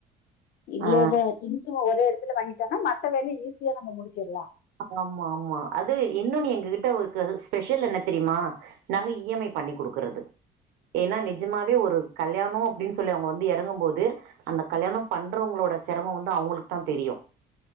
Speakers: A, on the left (about 65°); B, on the right (about 85°).
A: இவ்ளோத
B: ஆ
A: திங்ஸுமா ஒரே எட த்துல வாங்கிட்டோனா மத்த வேல ஈஸியா நம்ம முடிச்சிட்லா
B: ஆமாமா அது இன்னு நீ எங்ககிட்ட இருக்க ஸ்பெஷல் என்ன தெரிமா நாங்க இ‌ எம் ஐ பண்ணி குடுக்குறது ஏனா நெஜமாவே ஒரு கல்யாணோ அப்டின் சொல்லி அவுங்க வந்து எறங்கம் போது அந்த கல்யாணோ பண்றோங்களோட செரமோ வந்து அவுங்களுக்கு தா தெரியு